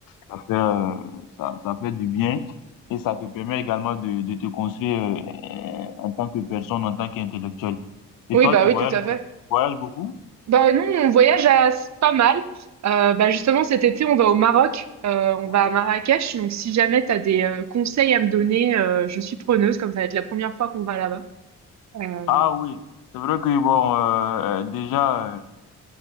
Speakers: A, on the left; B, on the right.
A: ça fait, euh, ça, ça fait du bien et ça te permet également de, de te construire euh, en tant que personne, en tant qu'intellectuel. Et
B: Oui,
A: toi,
B: bah
A: tu voyages,
B: oui, tout à fait.
A: tu voyages beaucoup?
B: Bah nous, on voyage à pas mal. Euh, bah
A: Oui,
B: justement, cet été, on va au Maroc, euh, on
A: oui.
B: va à Marrakech. Donc si jamais tu as des euh, conseils à me donner, euh, je suis preneuse, comme ça va être la première fois qu'on va là-bas. Euh,
A: Ah oui, c'est vrai que bon, euh, euh, déjà. euh,